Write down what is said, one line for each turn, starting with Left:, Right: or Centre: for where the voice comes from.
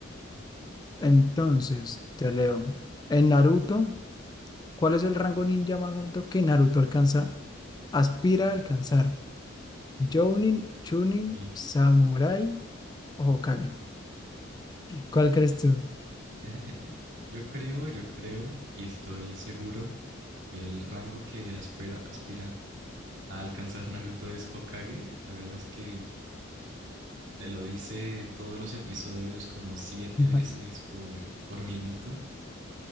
Left: Entonces,
Right: Perfecto.
Left: te leo. En Naruto, ¿cuál es el rango ninja más alto que Naruto alcanza, aspira a alcanzar? Jounin, Chunin,
Right: Uy,
Left: Samurai O Kage. ¿Cuál crees tú?
Right: <laughs> Yo creo, yo creo y estoy seguro que el rango que aspira, aspira a alcanzar Naruto es Hokage. La verdad es que te lo dice todos los episodios como siete
Left: Ujú.
Right: veces por, por minuto